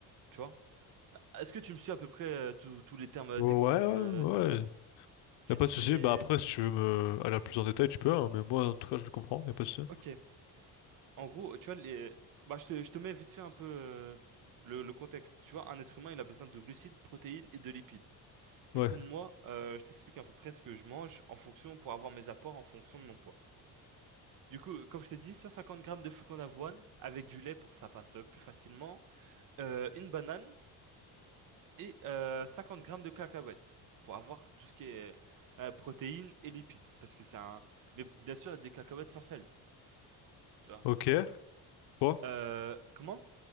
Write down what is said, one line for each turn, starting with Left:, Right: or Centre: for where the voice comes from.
Right: tu vois? Est-ce que tu me suis à peu près euh, tous tous les termes euh,
Left: Ouais,
Right: techniques
Left: ouais,
Right: euh,
Left: ouais.
Right: sur ça? Tu
Left: Y a pas
Right: t'y
Left: de
Right: connais?
Left: souci. Bah après, si tu veux me aller plus en détail, tu peux, hein, mais moi, en tout cas, je le comprends, y a pas de souci.
Right: Ok. En gros, tu vois, les... bah, je te, je te mets vite fait un peu euh, le, le contexte. Tu vois, un être humain, il a besoin de glucides, protéines et de lipides. Du
Left: Ouais.
Right: coup, moi, euh, je t'explique à peu près ce que je mange en fonction pour avoir mes apports en fonction de mon poids. Du coup, comme je t'ai dit, 150 grammes de flocons d'avoine avec du lait pour que ça passe euh, plus facilement, euh, une banane et euh, 50 grammes de cacahuètes pour avoir tout ce qui est euh, protéines et lipides. Parce que c'est un... Mais bien sûr, des cacahuètes sans sel, tu vois.
Left: Ok. Quoi?
Right: Euh, comment?